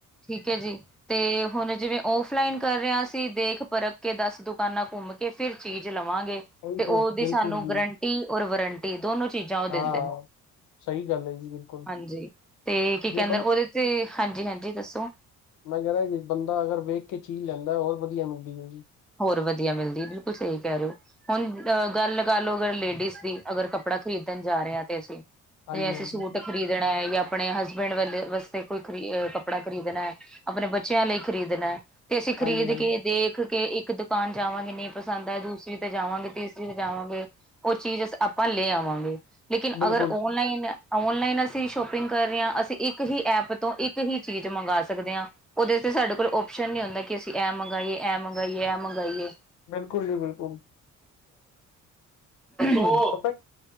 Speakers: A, in the centre; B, on the left.
A: ਠੀਕ ਹੈ ਜੀ। ਤੇ ਹੁਣ ਜਿਵੇਂ ਔਫਲਾਈਨ ਕਰ ਰਹੇ ਆ ਅਸੀਂ ਦੇਖ ਪਰਖ ਕੇ ਦਸ ਦੁਕਾਨਾਂ ਘੁੰਮ। ਕੇ ਫਿਰ ਚੀਜ਼ ਲਵਾਂਗੇ
B: ਉਹੀ
A: ਤੇ ਉਹਦੀ
B: ਬਿਲਕੁਲ
A: ਸਾਨੂੰ
B: ਜੀ
A: ਗਰੰਟੀ ਔਰ ਵਾਰੰਟੀ ਦੋਨੋ ਚੀਜ਼ਾਂ। ਜਾਂ ਉਹ ਦਿੰਦੇ
B: ਹਾਂ ਸਹੀ ਗੱਲ ਹੈ ਜੀ ਬਿਲਕੁਲ
A: ਹਾਂਜੀ ਤੇ ਕੀ ਕਹਿੰਦੇ
B: ਜੇ ਬੰ
A: ਉਹਦੇ। ਤੇ ਹਾਂਜੀਹਾਂਜੀ ਦੱਸੋ
B: ਮੈਂ ਕਹਿਦਾ ਜੀ ਬੰਦਾ ਅਗਰ ਵੇਖ ਕੇ ਚੀਜ਼ ਲੈਂਦਾ ਹੋਰ ਵਧੀਆ ਮਿਲਦੀ ਹੈ।
A: ਹੋਰ ਵਧੀਆ ਮਿਲਦੀ ਬਿਲਕੁਲ ਸਹੀ ਕਹਿ ਰਹੇ ਹੋ। ਹੁਣ ਅਹ ਗੱਲ ਕਰ ਲਓ ਅਗਰ ਲੇਡੀਜ਼ ਦੀ ਅਗਰ ਕੱਪੜਾ ਖ਼ਰੀਦਣ ਜਾ ਰਹੇ ਹਾ ਤੇ ਅਸੀਂ।
B: ਹਾਂਜੀ
A: ਜ ਅਸੀਂ
B: ਹਾਂਜੀ
A: ਸੂਟ ਖਰੀਦਣਾ ਹੈ ਜਾਂ ਆਪਣੇ ਹਸਬੈਂਡ ਵ ਵਾਸਤੇ ਕੋਈ ਖਰੀ ਕੱਪੜਾ ਖਰੀਦਣਾ ਹੈ। ਆਪਣੇ ਬੱਚਿਆਂ ਲਈ ਖ਼ਰੀਦਣਾ ਤੇ ਅਸੀਂ
B: ਹਾਂਜੀ
A: ਖਰੀਦ
B: ਹਾਂਜੀ
A: ਕੇ ਦੇਖ ਕੇ ਇੱਕ। ਇੱਕ ਦੁਕਾਨ ਜਾਵਾਂਗੇ ਨਹੀਂ ਪਸੰਦ ਆ ਦੂਸਰੀ ਤੇ ਜਾਵਾਂਗੇ ਤੀਸਰੀ ਤੇ ਜਾਵਾਂਗੇ। ਉਹ ਚੀਜ਼ ਆਪਾਂ ਲੈ ਆਵਾਂਗੇ ਲੇਕਿਨ
B: ਬਿਲਕੁਲ
A: ਅਗਰ ਓਨਲਾਈਨ ਔਨਲਾਈਨ ਅਸੀਂ ਸ਼ੋਪਿੰਗ ਕਰ ਰਹੇ ਹਾਂ ਅਸੀਂ ਇੱਕ ਹੀ ਐਪ ਤੋਂ ਇੱਕ ਹੀ ਚੀਜ਼ ਮੰਗਵਾ ਸਕਦੇ ਹਾਂ ਉਹਦੇ ਤੇ ਸਾਡੇ ਕੋਲ ਓਪਸ਼ਨ ਨ ਨਹੀਂ ਹੁੰਦਾ ਕਿ ਅਸੀਂ ਐਂ ਮੰਗਵਾਏ ਐ ਮੰਗਵਾਏ ਇਹ ਮੰਗਈਏ
B: ਬਿਲਕੁਲ ਜੀ ਬਿਲਕੁਲ
A: ਉਹ
B: ਪਤਾ